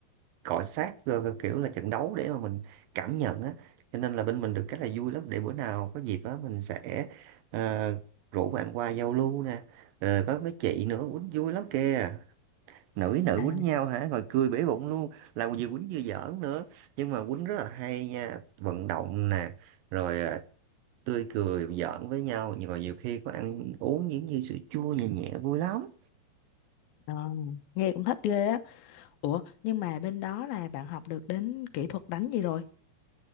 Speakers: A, on the right (about 75°); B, on the left (about 75°).
A: cọ sát rồi rồi kiểu là trận đấu để mà mình cảm nhận á cho nên là bên mình được cái là vui lắm để bữa nào có dịp á mình sẽ ờ, rủ bạn qua giao lưu nè Ờ, có mấy chị nữa quýnh vui lắm kìa nữ với nữ
B: À,
A: quýnh nhau hả rồi cười bể bụng luôn là vừa quýnh vừa giỡn nữa nhưng mà quýnh rất là hay nha vận động nè rồi à, tươi cười giỡn với nhau nhưng mà nhiều khi có ăn uống những như sữa chua nhẹ nhẹ vui lắm
B: ờ, nghe cũng thích ghê á. Ủa, nhưng mà bên đó là bạn học được đến kỹ thuật đánh gì rồi?